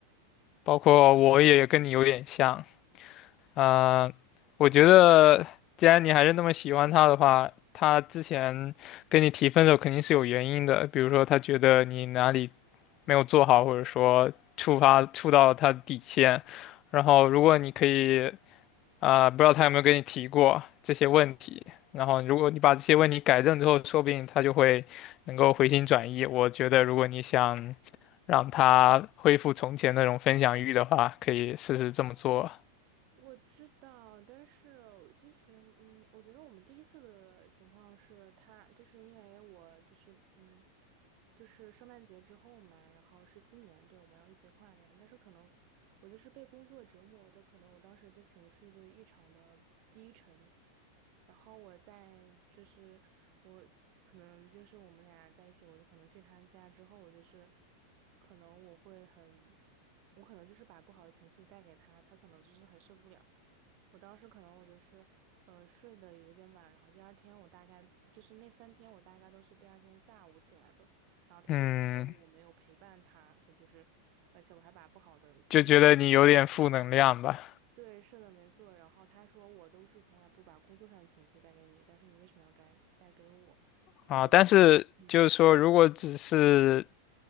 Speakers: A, on the left; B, on the right.
A: 包括我也跟你有点像。呃，我觉得既然你还是那么喜欢他的话，他之前跟你提分手肯定是有原因的，比如说他觉得你哪里没有做好，或者说触发触到他的底线。然后如果你可以啊、呃不知道他有没有跟你提过这些问题，然后如果你把这些问题改正之后，说不定他就会能够回心转意。我觉得如果你想让他恢复从前那种分享欲的话，可以试试这么做。
B: 我知道，但是其实，嗯，我觉得我们第一次的情况是他，就是因为我就是，嗯，就是圣诞节之后嘛，然后是新年，对，我们要一起跨年，但是可能我就是被工作折磨的，可能我当时的情绪就异常的低沉，然后我在就是我可能就是我们俩在一起，我就可能去他家之后，我就是可能我会很。我可能就是把不好的情绪带给他，他可能就是很受不了。我当时可能我就是，呃，睡得有点晚，然后第二天我大概就是那三天我大概都是第二天下午起来的，然后他就觉得我没有陪伴他，
A: 嗯，
B: 他就是，而且我还把不好的心，
A: 就觉得你有点负能量吧。
B: 对，是的，没错。然后他说我都是从来不把工作上的情绪带给你，但是你为什么要该带给我？还有一些，
A: 啊，但是就是说，
B: 嗯。
A: 如果只是